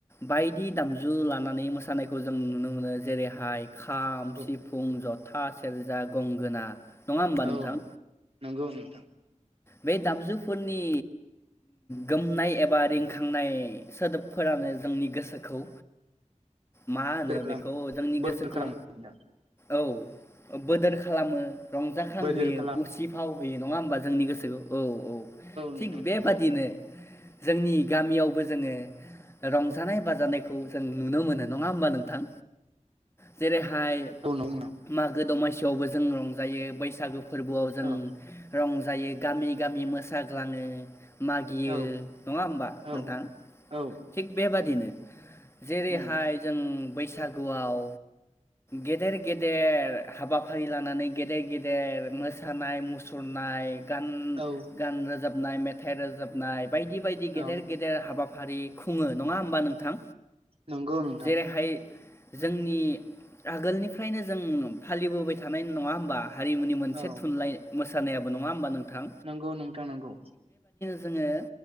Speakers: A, on the left; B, on the right.
A: बायदि दामजु लानानै मोसानायखौ जों नुनो मोनो जेरैहाय खाम
B: औ
A: सिफुं ज' था सेरजा गंगोना नङा होमबा
B: औ
A: नोंथां
B: नोंगौ नोंथां
A: बे दामजुफोरनि गोमनाय एबा रिंखांनाय सोदोबफोरानो जोंनि गोसोखौ मा होनो
B: सोर खालाम
A: बेखौ जोंनि
B: बोसोर
A: गोसोखौ
B: खालामगोन नोंथां
A: औ बोदोर खालामो रंजाखांहोयो
B: बोजोर खालाम
A: उसिफाव फैयो नङा होमबा जोंनि गोसोखौ औ औ थिग
B: नोंथां
A: बेबादिनो
B: नंगौ।
A: जोंनि गामियावबो जोङो रंजानाय बाजानायखौ जों नुनो मोनो नङा होमबा नोंथां जेरै हाय
B: औ नंगौ नोंथां
A: मागो द'मा बो जों रंजायो बैसागु फोरबोआव जों
B: औ
A: रं जायो गामि गामि मोसाग्लाङो मागियो
B: औ
A: नङा होमबा
B: औ
A: नोंथां
B: औ
A: थिग बेबादिनो जेरैहाय
B: उम
A: जों बैसागुआव गेदेर गेदेर हाबाफारि लानानै गेदेर गेदेर मोसानाय मुसुरनाय गान
B: औ
A: गान रोजाब नाय मेथाइ रोजाबनाय बायदि बायदि गेदेर
B: औ
A: गेदेर हाबा फारि खुङो नङा होमबा नोंथां।
B: नंगौ नोंथां।
A: जेरैहाय जोंनि आगोलनिफ्रायनो जों फालिबोबाय थानाय नङा होमबा? हारिमुनि मोनसे
B: औ
A: थुनलाइ मोस सानायाबो नङा होमबा नों थां
B: औ नोंथां नंगौ।
A: जोङो